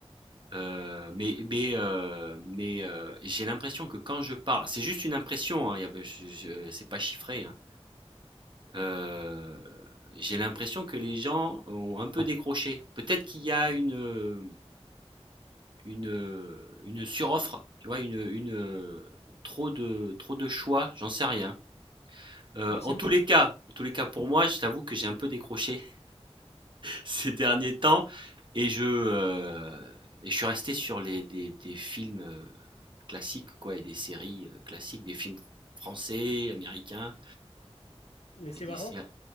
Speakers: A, on the right; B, on the left.
A: Heu, mais mais heu, mais heu, j'ai l'impression que quand je parle c'est juste une impression, hein, y a je je c'est pas chiffré, hein. Heu, j'ai l'impression que les gens ont un peu décroché. Peut-être qu'il y a une, heu, une, heu, une suroffre, tu vois? Une, une, heu, trop de trop de choix, j'en sais rien. Heu,
B: Alors, c'est,
A: en tous les cas en tous les cas pour moi, je t'avoue que j'ai un peu décroché. ces derniers temps. Et je, euh, et je suis resté sur les, des, des films euh, classiques, quoi, et des séries euh, classiques, des films français, américains,
B: mais c'est
A: et des
B: marrant.
A: séries.